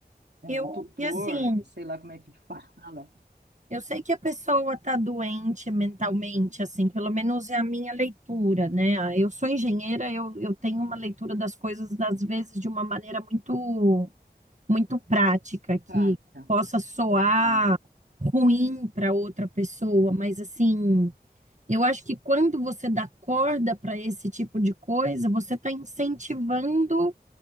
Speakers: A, on the right; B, on the right.
A: É,
B: Eu,
A: o tutor,
B: e assim,
A: sei lá como é que <laughs> fala,
B: Eu sei que a pessoa está doente mentalmente, assim, pelo menos é a minha leitura, né? Eu sou engenheira, eu, eu tenho uma leitura das coisas, às vezes, de uma maneira muito, muito prática, que
A: trata.
B: possa soar
A: Tá.
B: ruim para outra pessoa, mas, assim, eu acho que quando você dá corda para esse tipo de coisa, você está incentivando